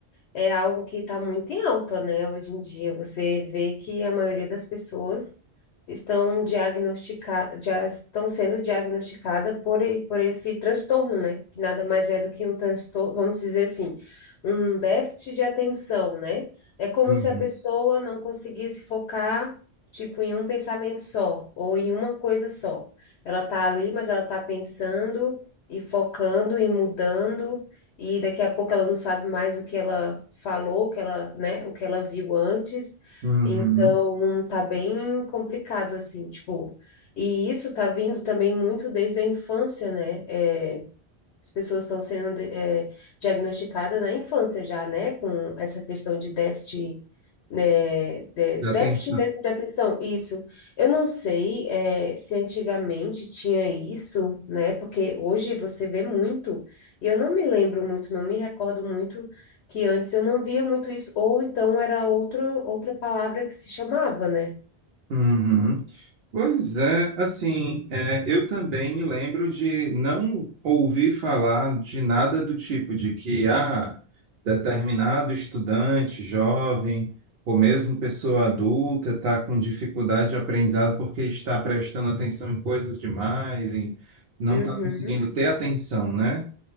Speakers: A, on the left (about 85°); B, on the right (about 65°).
A: é algo que está muito em alta, né? Hoje em dia, você vê que a maioria das pessoas estão diagnosticadas, já estão sendo diagnosticada por, e- por esse transtorno, né? Que nada mais é do que um transtorno, vamos dizer assim, um déficit de atenção, né? É como
B: Uhum.
A: se a pessoa não conseguisse focar, tipo, em um pensamento só, ou em uma coisa só. Ela tá ali, mas ela tá pensando e focando e mudando e daqui a pouco ela não sabe mais o que ela falou, o que ela, né, o que ela viu antes.
B: Uhum.
A: Então, tá bem complicado assim, tipo, e isso tá vindo também muito desde a infância, né? É, as pessoas estão sendo é, diagnosticadas na infância já, né? Com essa questão de déficit, né? de-
B: Já
A: déficit
B: tem.
A: mesmo de atenção. Isso. Eu não sei, é, se antigamente tinha isso, né? Porque hoje você vê muito. E eu não me lembro muito, não me recordo muito que antes eu não via muito isso. Ou então era outro, outra palavra que se chamava, né?
B: Uhum. Pois é, assim, é, eu também me lembro de não ouvir falar de nada do tipo de que ah, determinado estudante jovem ou mesmo pessoa adulta está com dificuldade de aprendizado porque está prestando atenção em coisas demais e não
A: Uhum.
B: está conseguindo ter atenção, né?